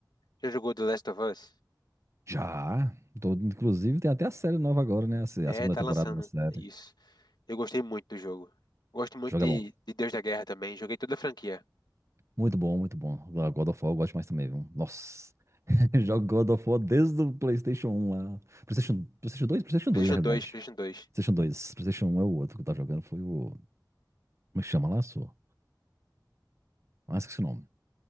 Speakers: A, on the left (about 65°); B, on the right (about 40°).
A: Já jogou The Last of Us?
B: Já. Tô- inclusive, tem até a série nova agora, né? A, se-
A: É,
B: a segunda
A: tá
B: temporada
A: lançando.
B: da série.
A: É isso. Eu gostei muito do jogo. Gosto muito
B: Jogo
A: de,
B: é bom.
A: de Deus da Guerra também. Joguei toda a franquia.
B: Muito bom, muito bom. God of War eu gosto mais também, viu? Nossa. <laughs> Jogo God of War desde o PlayStation um lá. PlayStation, PlayStation dois PlayStation
A: PlayStation
B: dois na realidade.
A: 2, PlayStation 2.
B: PlayStation dois PlayStation um é o outro que eu tava jogando. Foi o. Como é que chama lá, sua? Ah, esqueci o nome.